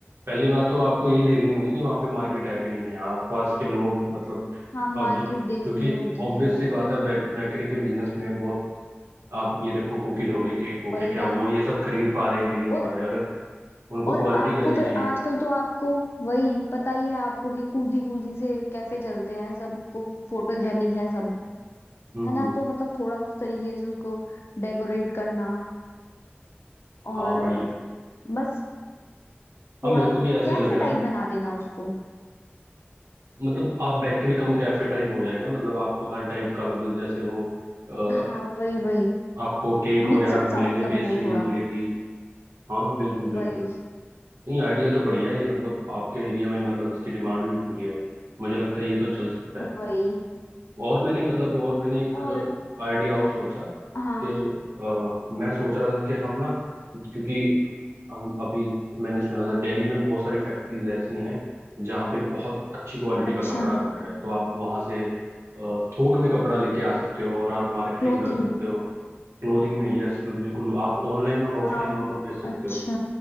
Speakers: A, on the right; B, on the left.
A: पहली बात तो आपको यही देखनी होगी कि वहाँ पे मार्केट है कि नहीं है आसपास के लोग मतलब
B: हाँ मार्केट
A: और जो-
B: देखनी
A: क्योंकि
B: होती
A: ऑब्वियस
B: है
A: सी बात है बेक, बेकरी के बिजनेस में बहुत आप ये देखो कुकीज होंगे केक होगे
B: वही
A: क्या
B: ना
A: वो ये सब खरीद पा रहे हैं कि नहीं
B: और
A: पा रहे अगर उनको
B: और
A: क्वालिटी
B: आपको
A: कैसी
B: पर
A: चाहिए
B: आजकल तो आपको वही पता ही है आपको कि कूजी कूजी से कैफे चलते हैं सबको फोटोजेनिक है सब
A: हम्म
B: है ना तो मतलब थोड़ा उस तरीके से उसको डेकोरेट करना और
A: हाँ बढ़िया
B: बस
A: हाँ
B: थोड़ा
A: मेरे को भी ऐसा
B: कैफे
A: ही लग रहा
B: टाइप
A: है
B: बना देना उसको
A: मतलब आप बेकरी कम कैफे टाइप हो जाएगा मतलब आपको हर टाइप का मतलब जैसे वो अ,
B: हाँ वही वही
A: आपको केक वगैरह
B: मिक्सअप
A: भी
B: सा
A: मिलेंगे
B: मतलब
A: पेस्ट्रीज
B: हो थोड़ा
A: मिलेंगी हाँ बिल्कुल बिल्कुल
B: वही
A: नहीं आइडिया तो बढ़िया है ये मतलब आपके एरिया में मतलब इसकी डिमांड भी पूरी है मुझे लगता है ये तो चल सकता
B: वही
A: है और मैंने मतलब और मैंने एक
B: और
A: आइडिया और सोचा
B: हाँ
A: कि अ, मैं सोच रहा था कि हम ना क्योंकि हम अभी मैंने सुना था दिल्ली में बहुत सारी फैक्ट्रीज ऐसी हैं जहाँ पे बहुत अच्छी क्वालिटी
B: अच्छा
A: का कपड़ा बन रहा है तो आप वहाँ से अ, थोक में कपड़ा लेके आ सकते हो और आप मार्केटिंग
B: क्लोथिंग
A: कर सकते हो क्लोथिंग में यस बिल्कुल आप ऑनलाइन और ऑफलाइन
B: हाँ
A: दोनों भेज सकते
B: अच्छा
A: हो